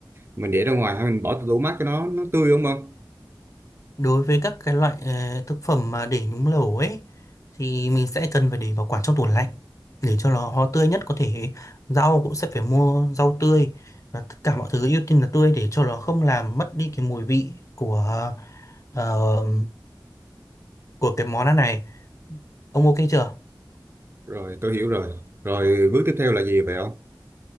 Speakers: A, on the right; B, on the left.
A: mình để ra ngoài hay mình bỏ tủ mát cho nó nó tươi đúng không?
B: đối với các cái loại ờ, thực phẩm mà để nhúng lẩu ấy thì mình sẽ cần phải để bảo quản trong tủ lạnh để cho nó nó tươi nhất có thể rau cũng sẽ phải mua rau tươi và tất cả mọi thứ ưu tiên là tươi để cho nó không làm mất đi cái mùi vị của ờ, của cái món ăn này ông ok chưa
A: Rồi, tôi hiểu rồi. Rồi bước tiếp theo là gì vậy không?